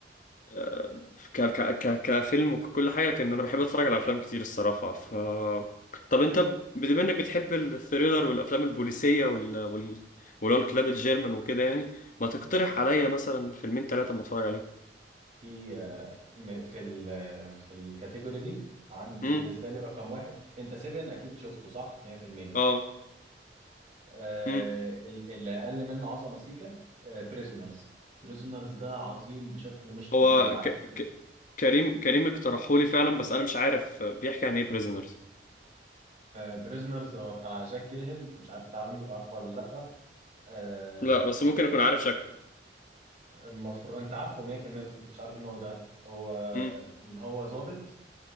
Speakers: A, on the left; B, on the right.
A: آه، ك ك ك كفيلم وكل حاجه لكن انا بحب اتفرج على افلام كتير الصراحه ف طب انت ب- بما انك بتحب الثريلر والافلام البوليسيه وال وال ولو الكلاب الجيرمان وكده يعني ما تقترح عليا مثلا فيلمين ثلاثه ما اتفرج عليهم
B: في آه، م- في ال آه، في الكاتيجوري دي عندي
A: امم
B: بالنسبة لي رقم واحد انت 7 اكيد شفته صح 100%
A: اه
B: آه،
A: مم.
B: ال- اللي اقل منه عظمة سيكا بريزونرز بريزونرز ده عظيم بشكل مش طبيعي
A: هو
B: عارف
A: ك... ك... كريم كريم اقترحه لي فعلا
B: آه،
A: بس انا مش عارف بيحكي عن ايه بريزنرز
B: بريزنرز هو بتاع جاك جيلهيل مش عارف تعرف عارفه ولا لأ آه،
A: لا بس ممكن اكون عارف شكله
B: المفروض انت عارفه 100% بس انت مش عارف ان هو ده هو
A: امم
B: ان هو ضابط